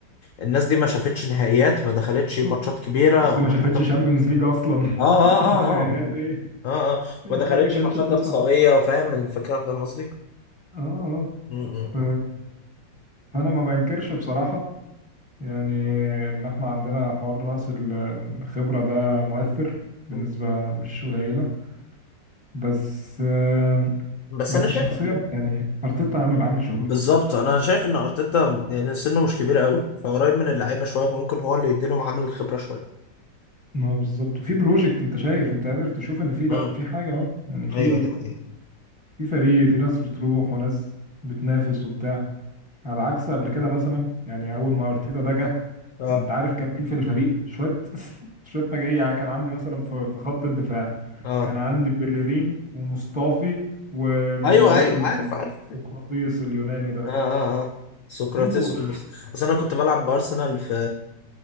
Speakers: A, on the left (about 70°); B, in the centre.
A: الناس دي ما شافتش نهائيات ما دخلتش ماتشات كبيرة
B: الناس
A: او
B: دي
A: ماتشات
B: ما شافتش شامبيونز ليج اصلا
A: اه اه
B: <laughs>
A: اه
B: نهايات
A: اه اه
B: ايه
A: اه اه، اه.
B: الناس
A: ما دخلتش
B: دي كانتش
A: ماتشات
B: بتصعد
A: اقصائيه فاهم الفكره فاهم قصدي
B: اه آه.
A: م- م-
B: ف... فانا ما بنكرش بصراحة يعني ان احنا عندنا حوار نقص ال- الخبرة ده مؤثر بالنسبة
A: م.
B: مش قليلة بس آه،
A: بس
B: بس
A: انا شايف
B: الشخصية
A: ان
B: يعني ارتيتا عامل عامل شغل
A: بالظبط انا شايف ان ارتيتا يعني سنه مش كبير قوي فقريب من اللعيبه شويه فممكن هو اللي يديلهم عامل الخبره شويه
B: ما هو بالظبط وفي بروجكت انت شايف انت قادر تشوف ان في لا
A: امم
B: في حاجة اهو يعني في
A: ايوه دي حقيقة
B: في فريق في ناس بتروح وناس بتنافس وبتاع على عكس قبل كده مثلا يعني اول ما ارتيتا ده جه
A: اه
B: انت عارف كان مين في الفريق شويه <laughs> شويه مجاري يعني كان عندي مثلا في في خط الدفاع
A: اه
B: كان عندي بيلرين ومصطفي والواد
A: ايوه ايوه
B: ال-
A: عارف عارف
B: السقراطيس اليوناني ده
A: اه اه اه سقراطيس
B: مين دول
A: ومست... اصل انا كنت بلعب بارسنال في